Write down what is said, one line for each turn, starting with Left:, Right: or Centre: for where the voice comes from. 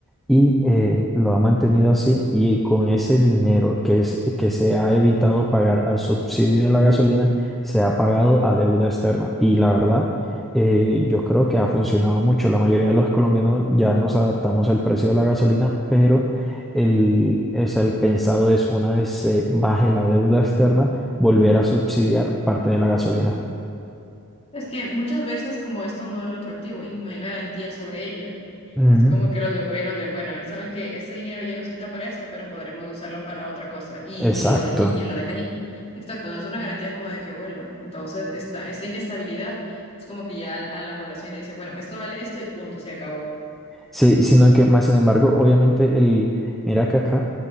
Centre: y eh, lo ha mantenido así y con ese dinero que, es, que se ha evitado pagar al subsidio de la gasolina, se ha pagado a deuda externa. Y la verdad, eh, yo creo que ha funcionado mucho. La mayoría de los colombianos ya nos adaptamos al precio de la gasolina, pero el, o sea, el pensado es una vez se baje la deuda externa, volver a subsidiar parte de la gasolina.
Left: Es que muchas veces como esto no es retroactivo y no hay garantía sobre ello,
Centre: Ujú.
Left: Es como que los gobiernos de, bueno, saben que este dinero ya no se necesita para esto, pero podremos usarlo para otra cosa y
Centre: Exacto.
Left: lo, de, y lo deja ahí. Exacto, no es una garantía como de que vuelva. Entonces, esta, esta inestabilidad es como que ya a la población le dice, bueno, esto vale esto y punto, se acabó.
Centre: Sí, sino que más sin embargo, obviamente el, mira que acá,